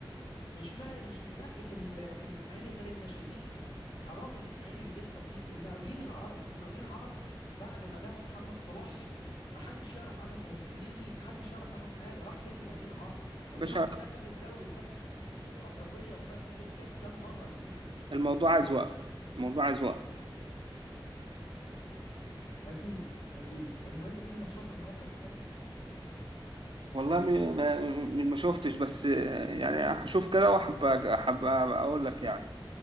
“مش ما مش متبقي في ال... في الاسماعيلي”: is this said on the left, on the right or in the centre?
Left